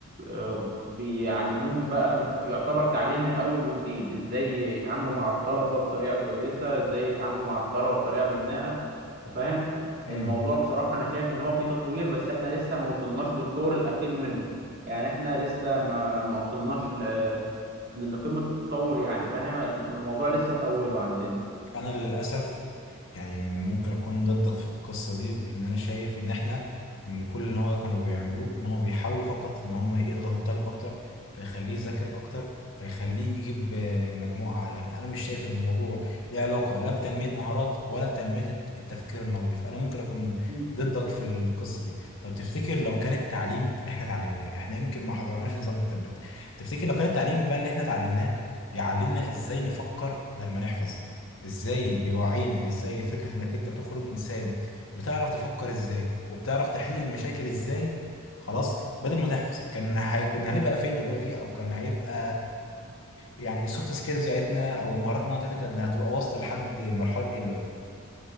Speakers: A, on the right; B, on the left.
A: آه، بيعلموهم بقى من يعتبر تعليم من اول وجديد ازاي يتعاملوا مع الطلبه بطريقه كويسه ازاي يتعاملوا مع الطلبه بطريقه بناءه انت فاهم
B: امم
A: الموضوع بصراحه انا شايف ان هو فيه تطوير بس احنا لسه ما وصلناش للطور الاخير منه يعني احنا لسه ما ما وصلناش ل- لقمه التطور يعني فاهم الم- الموضوع لسه في اوله عندنا
B: انا للاسف يعني ممكن اكون ضدك في القصه دي ان انا شايف ان احنا م- كل اللي هو كانوا بيعملوه ان هم بيحاولوا فقط ان هم يضغط الطالب اكتر فيخليه يذاكر اكتر فيخليه يجيب آه، مجموعه اعلى لكن انا مش شايف ان الموضوع له علاقه لا بتنميه مهارات ولا بتنميه الت- التفكير النقدي فانا ممكن اكون
A: مم.
B: ضدك في القصه دي طب تفتكر لو كان التعليم اللي احنا اتعلمناه احنا يمكن ما حضرناش نظام التابلت تفتكر لو كان التعليم بقى اللي احنا اتعلمناه بيعلمنا ازاي نفكر بدل ما نحفظ ازاي بيوعينا ازاي فكرة انك انت تخرج انسان بتعرف تفكر ازاي وبتعرف تحل المشاكل ازاي خلاص بدل ما تحفظ كان هيكون هنبقى فين دلوقتي او كان هيبقى يعني السوفت سكيلز بتاعتنا او المهارات النوعية بتاعتنا كانت هتبقى واصلة لحد مرحلة ايه دلوقتي